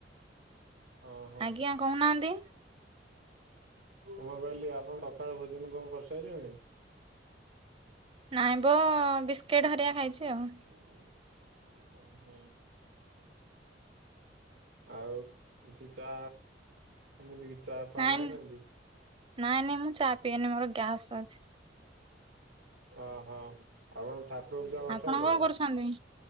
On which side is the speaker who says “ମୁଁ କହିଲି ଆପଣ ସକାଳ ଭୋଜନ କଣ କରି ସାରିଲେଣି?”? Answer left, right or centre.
Right